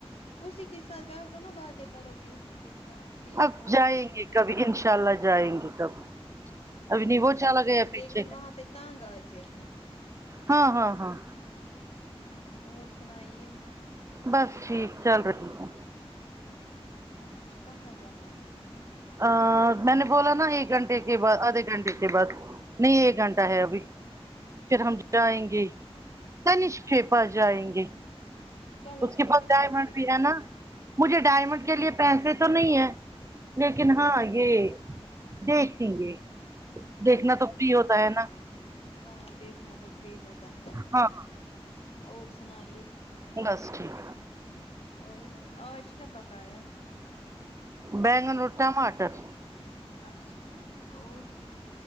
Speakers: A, on the left; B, on the right.
A: اسی کے ساتھ بیٹھو نا باتیں کرو گی اسی کے ساتھ ٹھیک
B: اب
A: ہو
B: جائیں
A: اچھا
B: گے کبھی انشاء اللہ جائیں گے کبھی ابھی
A: چلو
B: نہیں وہ
A: ٹھیک
B: چلا گیا
A: ہے
B: پیچھے
A: لیکن وہاں پہ تانگ اتے ہیں
B: ہاں ہاں ہاں
A: ہمم اور سنائیے
B: بس ٹھیک چل رہے رہی ہوں
A: اچھا کہاں جانا ہے
B: ا میں نے بولا نا ایک گھنٹے کے بعد آدھے گھنٹے کے بعد نہیں ایک گھنٹہ ہے ابھی پھر ہم جائیں گے تنش کے پا جائیں گے
A: چلو
B: اس
A: ٹھیک
B: کے پاس
A: ہے
B: ڈائمنڈ
A: پھر اسی کے
B: بھی ہے
A: پاس
B: نا مجھے ڈائمنڈ کے لیے پیسے تو نہیں ہے لیکن ہاں یہ دیکھیں گے دیکھنا
A: اچھا
B: تو فری
A: ٹھیک
B: ہوتا ہے نا
A: ہاں دیکھنا تو فری ہوتا ہے
B: ہاں
A: اور سنائیے
B: بس ٹھیک
A: اور آج کیا پکایا
B: بیگان اور ٹماٹر
A: اچھا ٹھیک اور